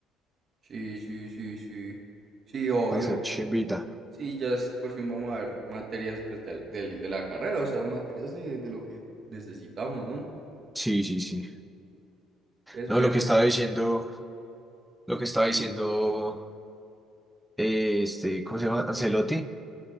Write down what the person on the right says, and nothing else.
Sí, sí, sí, sí. Sí, obvio.
Sí, ya es- por fin vamos a ver materias pues del- del- de, la carrera, o sea, materias de, de lo que necesitamos, ¿no?
Es
bueno,
Perry.
Sí.